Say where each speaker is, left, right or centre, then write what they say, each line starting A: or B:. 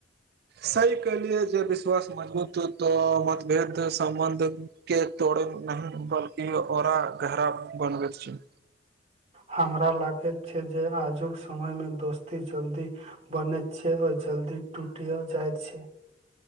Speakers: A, on the right (about 55°); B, on the right (about 35°).
A: सही कहलियै जे विश्वास मजबूत तऽ मतभेद सम्बन्ध के तोड़े नही बल्कि औरा गहरा बनबैत छै।
B: हमरा लागैत छै जे आजुक समयमे दोस्ती जल्दी बनैत छै आओर जल्दी टूटिओ जाइत छै।